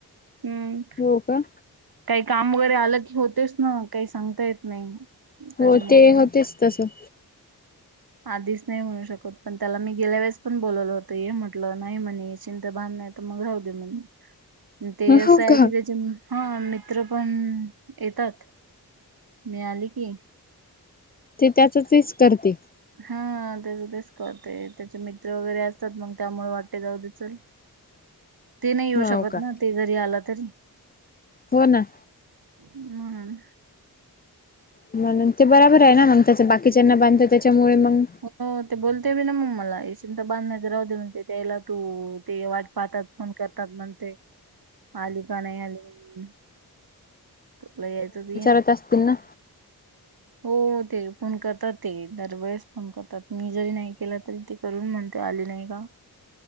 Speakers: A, on the right; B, on the left.
A: हम्म.
B: हो का?
A: काही काम वगैरे आलं की होतेच ना काही सांगता येत नाही. त्याच्यामुळे
B: हो ते होतेच तसं.
A: आधीच नाही म्हणू शकत पण त्याला मी गेल्या वेळेस पण बोलवलं होत ये म्हटलं नाही म्हणे येचीं त बान नाही त मग राहू दे म्हणे ते असं
B: हो
A: आहे
B: का
A: की त्याचे हा मित्र पण येतात. मी आली की
B: ते त्याचच येच करते.
A: हा त्याच तेच करते त्याचे मित्र वगैरे असतात मग त्यामुळ वाट ते जाऊ दे चल. ते नाही येऊ
B: हो
A: शकत
B: का
A: ना ते जरी आल तरी.
B: हो ना.
A: म्हणून
B: म्हणून ते बराबर आहे ना मग त्याच बाकीच्यांना बांध ते त्याच्यामुळे मग
A: हो ते बोलते बि ना मग मला. येशिंत बांध नाही त राहूदे म्हण ते त्यायला तू ते वाट पाहतात. फोन करतात म्हणते. आली का नाही आली म्हणून तुला यायचं त ये.
B: आत असतील ना?
A: हो ते फोन करतात ते दरवेळेस फोन करतात मी जरी नाही केला तरी ते. करून म्हणते आली नाही का?